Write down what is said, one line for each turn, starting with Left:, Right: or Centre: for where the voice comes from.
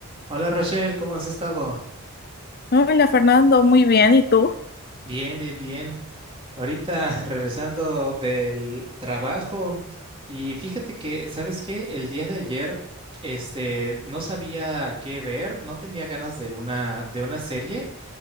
Right: Hola Rochelle, ¿cómo has estado?
Left: Hola Fernando, muy bien. ¿Y tú?
Right: Bien, bien, bien. Ahorita regresando del trabajo y fíjate que, ¿sabes qué? El día de ayer, este, no sabía qué ver, no tenía ganas de una, de una serie.